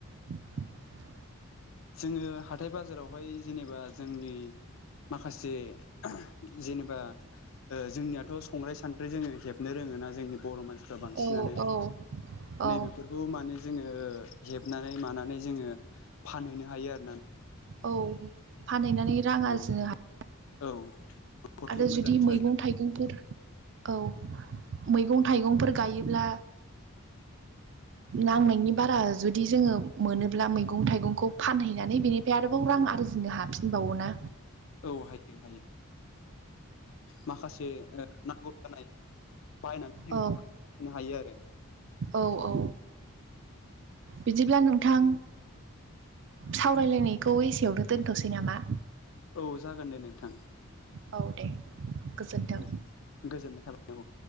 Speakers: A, on the right; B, on the left.
A: <inaudible>
B: जोङो हाथाय बाजारावहाय जेनेबा जोंनि माखासे ओह जेनेबा ओ जोंनियाथ' संग्राय सानद्रि जोङो हेबनो रोङोना जोंनि बर' मानसि फ्रा बांसिनानो
A: औ औ औ
B: नैबेफोरखौ माने जोङो ओ हेबनानै मानानै जोङो फानहैनो हायो आरो ना
A: औ फानहैनानै रां
B: औ
A: आरजिनो हायो
B: औ न'खरखौ
A: आरो
B: मोजाङै
A: जुदि
B: सालायनो
A: मैगं थाइगंफोर औ मैगं थाइगंफोर गायोब्ला नांनायनि बारा जुदि जोङो मोनोब्ला मैगं थाइगंखौ फानहैनानै बेनिफ्राय आरोबाव रां आरजि नो हाफिनबावोना
B: औ हायो हायो माखासे ओ नांगौ जानाय बायनानै जोंनो
A: औ
B: हायो आरो
A: औ औ बिदिब्ला नोंथां सावरायलायनायखौ एसेयावनो दोनथ'सै नामा
B: औ जागोन दे नोंथां
A: औ दे गोजोन्थों
B: औ गोजोननाय थाबाय औ